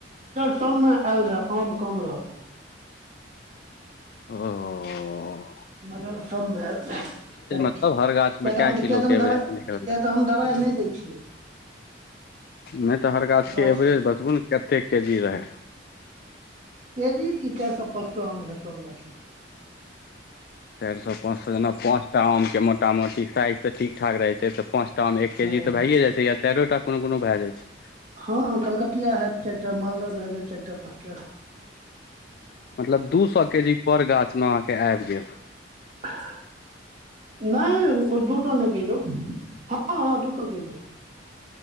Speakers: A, on the right; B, on the left.
A: सबमे आयल रहये आम कम रहल
B: ओह
A: ब सबमे त
B: मतलब हर गाछ मे कए किलो के एवरेज
A: दबा
B: निकललै
A: तऽ हम <inaudible> दबाइ न दै छियै
B: नहि तऽ हर गाछके
A: गाछ
B: एवरेज बतबू ने कतेक केजी रहै '
A: केजी की चारि सौ पांच सौ आम रहै सब गाछ मे
B: चारि सौ पाँच सौ जेना पाँचटा आम के मोटा मोटी साइज तऽ ठीक ठाक रहैत छै तऽ पाँच आम एक के
A: हँ
B: जी तऽ भये जाय छै या चारो टा कोनो भै जाय छै
A: हँ कलकतिया हैयत चारि टा मालदह भै जायत चारि टा पाँच टा '
B: मतलब दू सौ केजी पर गाछ मे आब गेल
A: अह <unintelligible> नहि ओ दूटो नहि कहियौ हँ हँ दू सौ के जी